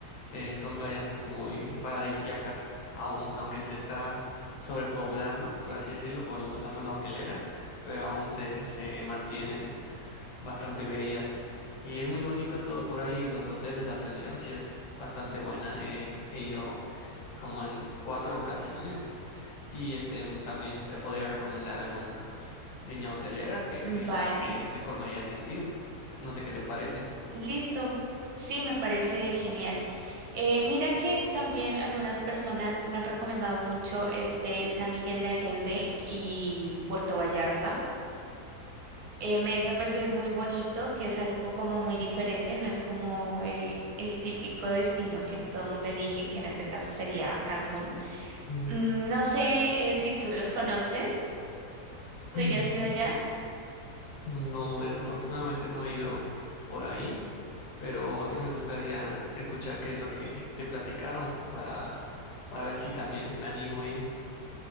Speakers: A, on the left (about 80°); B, on the right (about 70°).
A: Eh, son playas muy paradisíacas aún, aunque se está sobrepoblando, por así decirlo, por la zona hotelera, pero aún se, se mantienen bastante bellas. Y es muy bonito todo por ahí, los hoteles, la atención sí es bastante buena. eh, he ido como en cuatro ocasiones y este, también te podría recomendar alguna línea hotelera que,
B: Vale,
A: que en la que mejor me haya atendido. No sé qué te parece.
B: listo. Sí, me parece genial. Eh, mira que también algunas personas me han recomendado mucho este San Miguel de Allende y Puerto Vallarta. Eh, me dicen pues que es muy bonito, que es algo como muy diferente, no es como el, el típico destino que todo el mundo elige, que en este caso sería Cancún.
A: Ujú.
B: Mm, no sé eh, si tú los conoces,
A: <clears throat>
B: tú ya has ido allá,
A: No, desafortunadamente no he ido por ahí, pero sí me gustaría escuchar qué es lo que te platicaron para, para ver si también me animo a ir.